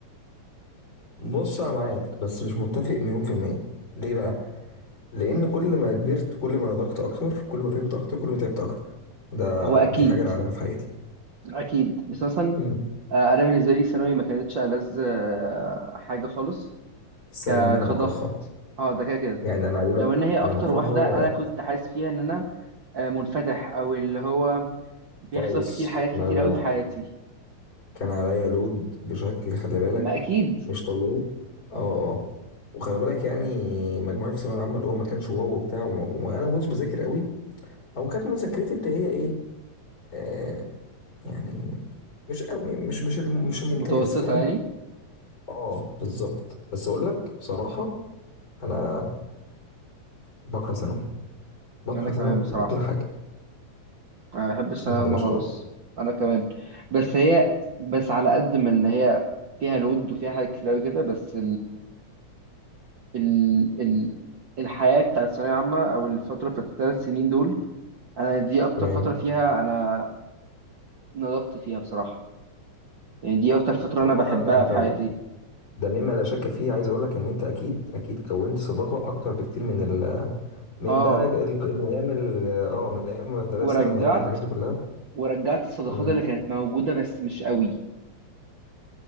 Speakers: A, on the left (about 40°); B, on the right (about 50°).
A: بص أنا معاك بس مش متفق مليون في المية ليه بقى؟ لأن كل ما كبرت كل ما نضجت أكتر كل ما فهمت أكتر كل ما تعبت أكتر ده
B: هو اكيد
A: دي حاجة أنا عارفها في حياتي
B: اكيد بس مثلا
A: مم.
B: آه، انا بالنسبه لي ثانوي ما كانتش ألذ آه، حاجه خالص
A: الثانوي
B: ك-
A: دي أنا بكرهها
B: كضغط اه ده كده كده
A: يعني أنا عايز أقول
B: لو ان
A: لك
B: هي اكتر
A: أنا بكرهها
B: واحده انا كنت حاسس فيها ان انا آه، منفتح او اللي هو بيحصل
A: خالص
B: كتير حاجات كتير
A: لا لا
B: قوي في
A: لا
B: حياتي
A: كان عليا لود بشكل <laughs> خلي بالك
B: ما اكيد
A: مش طبيعي اه اه وخلي بالك يعني مجموعي في الثانويه العامه اللي هو ما كانش واو وبتاع وما- وانا ما كنتش بذاكر قوي او كانت مذاكرتي اللي هي ايه آه يعني مش قوي مش مش الم- مش الممتاز
B: متوسطه
A: فاهم
B: يعني
A: اه بالظبط بس اقول لك بصراحه انا بكره ثانوي بكره
B: انا كمان
A: ثانوي بكل
B: بصراحه
A: حاجه
B: انا بحب الثانويه
A: ما حبيتهاش
B: العامة خالص
A: خالص
B: انا كمان بس هي بس على قد ما ان هي فيها لود وفيها حاجات كتير قوي كده بس ال ال الحياة بتاعت الثانوية عامة أو الفترة بتاعت الثلاث سنين دول أنا دي أكتر
A: تمام
B: فترة فيها أنا نضجت فيها بصراحة يعني دي أكتر فترة أنا
A: طبعا
B: بحبها
A: انت
B: في حياتي
A: ده مما لا شك فيه عايز اقول لك ان انت اكيد اكيد كونت صداقه اكتر بكتير من ال من
B: آه
A: بقى ال... من ايام ال... اه من ايام المدرسه
B: ورجعت
A: من ايام الحاجات دي كلها
B: ورجعت الصداقات
A: امم
B: اللي كانت موجودة بس مش قوي